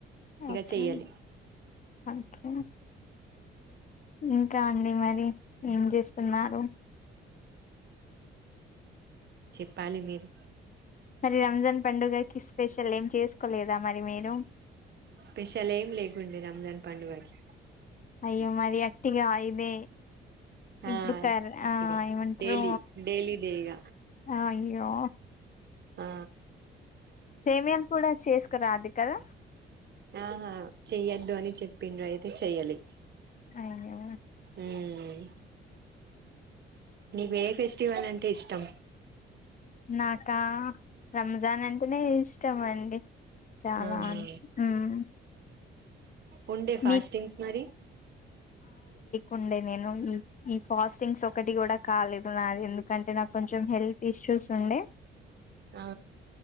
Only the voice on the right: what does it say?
ఇక
చెయ్యాలి
చెప్పాలి మీరు
స్పెషల్ ఏం లేకుండి రంజాన్ పండుగకి
ఆ
అట్టిగా
డైలీ డైలీ దే ఇగ
ఆ
ఆహా చెయ్యద్దు అని చెప్పిండ్ర అయితే చెయ్యాలి
ఉమ్ నీకు ఏ ఫెస్టివల్ అంటే ఇష్టం
ఆహా
ఉండే ఫాస్టింగ్స్
మరి
ఆ